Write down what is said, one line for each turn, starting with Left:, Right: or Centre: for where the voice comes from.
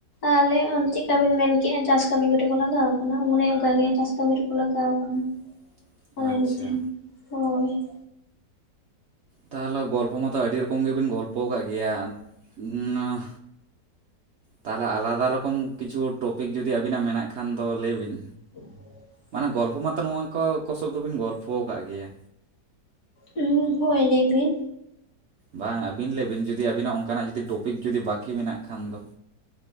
Left: ᱟᱞᱮ ᱚᱝ ᱪᱮᱜ ᱠᱟ ᱵᱤᱱ ᱢᱮᱱ ᱠᱮᱜᱼᱟ ᱪᱟᱥ ᱠᱟᱹᱢᱤ ᱠᱚᱨᱮ ᱠᱚ ᱞᱟᱜᱟᱣ ᱟᱠᱟᱱᱟ, ᱚᱱᱮ ᱚᱸᱠᱟ ᱜᱮ ᱪᱟᱥ ᱠᱟᱹᱢᱤ ᱨᱮᱠᱚ ᱞᱟᱜᱟᱣ ᱟᱠᱟᱱᱟ᱾
Right: <inaudible>
Left: ᱦᱚᱭ
Right: ᱟᱪᱪᱷᱟ
Left: ᱱᱚᱛᱮ ᱦᱚᱸ, ᱦᱳᱭ᱾
Right: ᱛᱟ ᱦᱚᱞᱚ ᱜᱚᱞᱯᱷᱚ ᱢᱟᱛᱚ ᱟᱹᱰᱤ ᱨᱚᱠᱚᱢ ᱜᱮᱵᱤᱱ ᱜᱚᱞᱯᱚ ᱟᱠᱟᱫ ᱜᱮᱭᱟ <unintelligible> ᱱᱟᱹᱦ ᱛᱟ ᱞᱟ ᱟᱞᱟᱫᱟ ᱨᱚᱠᱚᱢ ᱠᱤᱪᱷᱩ ᱦᱚ ᱴᱚᱯᱤᱠ ᱡᱩᱫᱤ ᱟᱹᱵᱤᱱᱟᱜ ᱢᱮᱱᱟᱜ ᱠᱷᱟᱱ ᱫᱚ ᱞᱟᱹᱭ ᱵᱤᱱ?
Left: <inaudible>
Right: ᱢᱟᱱᱮ ᱜᱚᱞᱯᱷᱚ ᱢᱟᱛᱚ ᱱᱚᱣᱟᱝ ᱠᱚ, ᱠᱚ ᱥᱚᱵ ᱫᱚᱵᱤᱱ ᱜᱚᱞᱯᱷᱚ ᱟᱠᱟᱫ ᱜᱮᱭᱟ,
Left: ᱩᱸ ᱦᱳᱭ ᱞᱟᱹᱭ ᱵᱤᱱ?
Right: ᱵᱟᱝᱼᱟ, ᱟᱹᱵᱤᱱ ᱞᱟᱹᱭ ᱵᱤᱱ ᱡᱩᱫᱤ ᱟᱸᱵᱤᱱᱟᱜ ᱚᱸᱠᱟᱱᱟᱜ ᱡᱩᱫᱤ ᱴᱚᱯᱤᱠ ᱡᱩᱫᱤ ᱵᱟᱠᱤ ᱢᱮᱱᱟᱜ ᱠᱷᱟᱱ ᱫᱚ